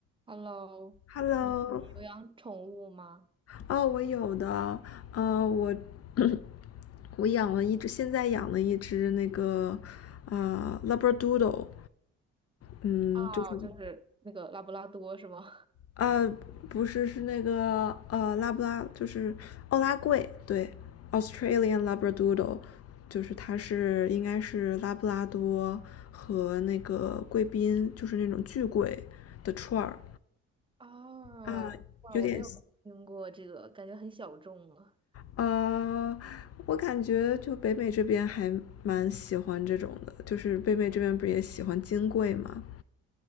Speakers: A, on the right; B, on the left.
A: Hello，
B: Hello，
A: 你有养宠物吗？
B: 哦，我有的，呃，我 <clears throat> 我养了一只，现在养了一只那个呃 Labradoodle，嗯，
A: 啊，
B: 就是
A: 就是那个拉布拉多是吗？
B: 呃不是是那个呃拉布拉，就是奥拉贵，对，Australian Labradoodle，就是它是应该是拉布拉多和那个贵宾，就是那种巨贵的串儿
A: <laughs> 啊，
B: 啊，
A: 哇，
B: 有点。
A: 我没有听过这个，感觉很小众啊。
B: 呃，我感觉就北美这边还蛮喜欢这种的，就是北美这边不是也喜欢金贵嘛，